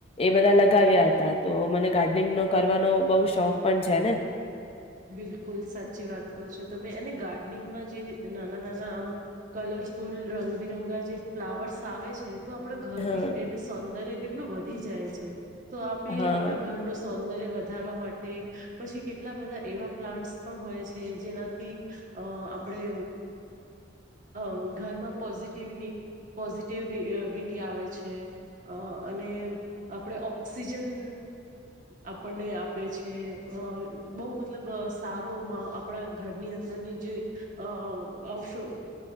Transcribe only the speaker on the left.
એ બધા લગાવ્યા હતા તો મને ગાર્ડનિંગ નો કરવાનો બ શોખ છે ને.
હા
હા